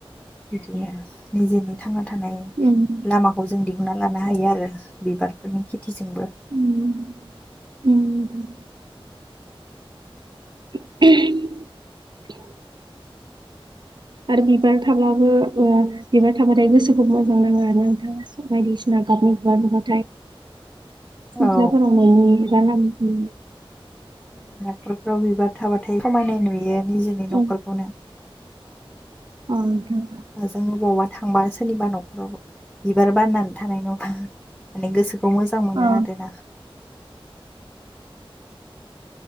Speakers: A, in the centre; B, on the right (about 50°).
A: बिदिनो निजेनि थांना थानाय
B: उम
A: लामाखौ जों दि हुनना लानो हायो आरो बिबारफोरनि खेथिजोंबो।
B: उम उम नोंथां ओहम आरो बिबार थाबलाबो ओ बिबार थाबाथाय गोसोखौ मोजां नाङो आरो ना नोंथां। बायदिसिना गाबनि बा नुबाथाय सिख्लाफोरा
A: औ
B: माने बिबार बागानथिं
A: न'खरफ्राव बिबार थाबाथाय समायनाय नुयो निजेनि न'खरखौनो।
B: ओम अ नोंथां।
A: बा जों अबावबा थांबा सोरनिबा न'खराव बिबार बारनानै थानाय नुबा माने गोसोखौ मोजां मोनो
B: अ
A: आरोना।